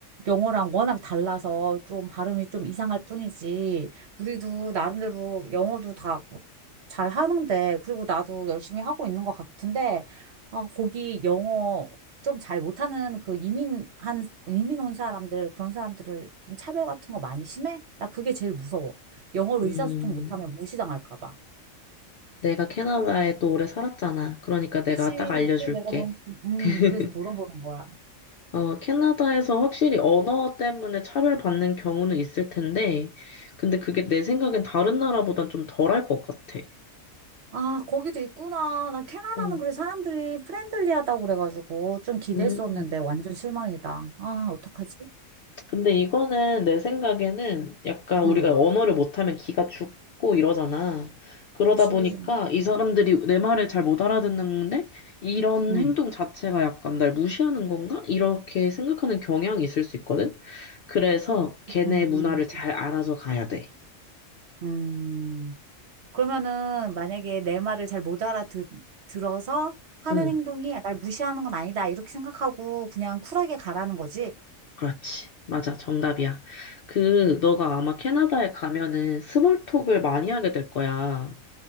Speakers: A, on the right (about 60°); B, on the left (about 65°).
A: 영어랑 워낙 달라서 좀 발음이 좀 이상할 뿐이지. 우리도 나름대로 영어도 다 잘 하는데, 그리고 나도 열심히 하고 있는 것 같은데, 아, 거기 영어 좀 잘 못하는 그 이민한, 이민 온 사람들, 그런 사람들을 좀 차별 같은 거 많이 심해? 나 그게 제일 무서워. 영어로
B: 음,
A: 의사소통 못하면 무시당할까 봐.
B: 내가 캐나다에 또 오래 살았잖아. 그러니까 내가
A: 그치.
B: 딱 알려줄게.
A: 그래서 내가 너무,
B: <laughs>
A: 음, 그래서 물어보는 거야.
B: 어, 캐나다에서 확실히 언어 때문에 차별받는 경우는 있을 텐데, 근데 그게 내 생각엔 다른 나라보단 좀 덜할 것 같아.
A: 아, 거기도 있구나. 나 캐나다는
B: 응.
A: 그래 사람들이 프렌들리하다고 그래가지고 좀 기대했었는데
B: 음.
A: 완전 실망이다. 아, 어떡하지?
B: 근데 이거는 내 생각에는 약간 우리가
A: 응,
B: 언어를 못하면 기가 죽고 이러잖아. 그러다
A: 그치.
B: 보니까 이 사람들이 내 말을 잘 못 알아듣는데 이런
A: 응.
B: 행동 자체가 약간 날 무시하는 건가? 이렇게 생각하는 경향이 있을 수 있거든. 그래서 걔네
A: 음,
B: 문화를 잘 알아서 가야 돼.
A: 음. 그러면은 만약에 내 말을 잘 못 알아듣, 들어서 하는
B: 응,
A: 행동이 날 무시하는 건 아니다. 이렇게 생각하고 그냥 쿨하게 가라는 거지.
B: 그렇지. 맞아. 정답이야. 그, 너가 아마 캐나다에 가면은 스몰톡을 많이 하게 될 거야.